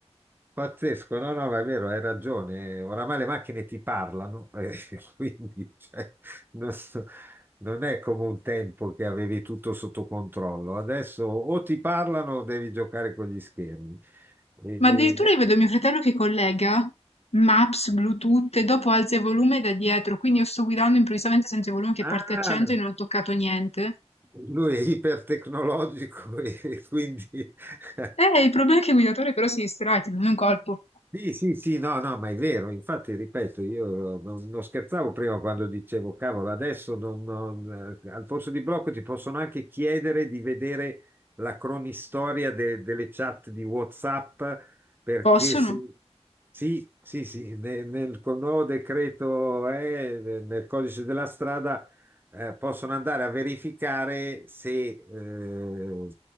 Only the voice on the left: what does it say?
Ma addirittura
io vedo mio fratello che collega Maps, Bluetooth e dopo alza il volume da dietro, quindi io sto guidando improvvisamente sento il volume che
parte a 100 e non ho toccato niente.
Eh, il problema è che il guidatore però si distrae, ti prende un colpo.
Possono?